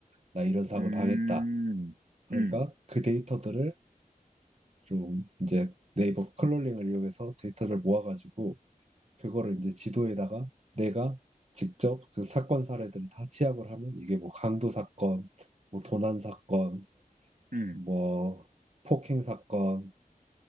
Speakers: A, on the right (about 45°); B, on the right (about 70°).
A: 나 이런 사고
B: 음,
A: 당했다. 그러니까
B: 음,
A: 그 데이터들을 좀 이제 네이버 클롤링을 이용해서 데이터를 모아가지고 그거를 이제 지도에다가 내가 직접 그 사건 사례들을 다 취합을 하면 이게 뭐 강도 사건, 뭐 도난 사건,
B: 음, 음,
A: 뭐 폭행 사건,